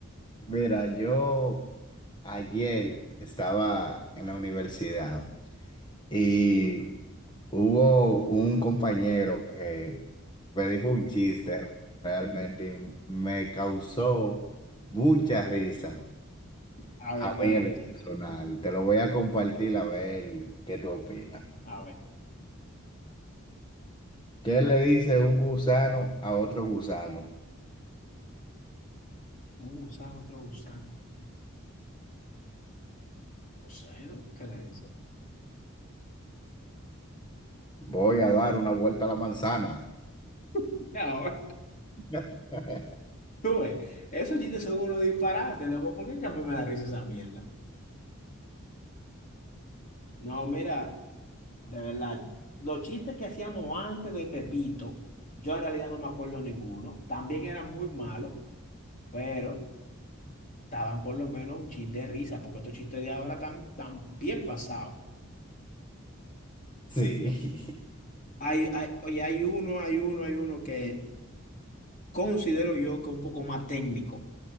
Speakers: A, on the left; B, on the left.
A: mira, yo ayer estaba en la universidad y hubo un compañero que me dijo un chiste realmente y me causó mucha risa.
B: A
A: A
B: ver, ¿cuál
A: mí en
B: fue el
A: lo
B: chiste?
A: personal, te lo voy a compartir a ver qué tú opinas.
B: A ver,
A: ¿Qué le dice un gusano a otro gusano?
B: un gusano, otro gusano. No sé, ¿no? ¿Qué le dice?
A: Voy a dar una vuelta a la manzana.
B: <laughs> Ahora,
A: <laughs>
B: tú ves, esos chistes son unos disparates, loco. ¿Por qué que a mí me da risa esa mierda? No, mira, de verdad, los chistes que hacíamos antes de Pepito, yo en realidad no me acuerdo ninguno. También eran muy malos, pero estaban por lo menos un chin de risa, porque estos chistes de ahora están, están bien pasados.
A: Sí.
B: Hay, hay, oye, hay uno, hay uno, hay uno que considero yo que es un poco más técnico.